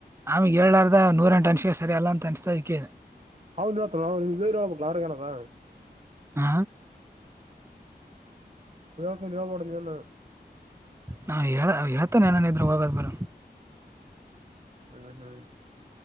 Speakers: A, on the right; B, on the right.
A: ಆಮೇಗ್ ಎರಡ್ದ ನೂರಂಟು ತನ್ಷಿಕ ಸರಿ ಅಲ್ಲ ಅಂತ ಅನಸಸ್ತಾ ಇದ
B: ಅವ್ನು ಅವ್ ಗೈರು ಹಳ್ಬೇಕ ಯ್ರಗನದ
A: ಹ
B: ಯಾಪಡಲ್ಲ
A: ನಾ ಎಳ್ತಾನೆನನ ಇದ್ರು ಹೋಗದ್ ಬರ
B: ಹ್ಮ್ ಹ್ಮ್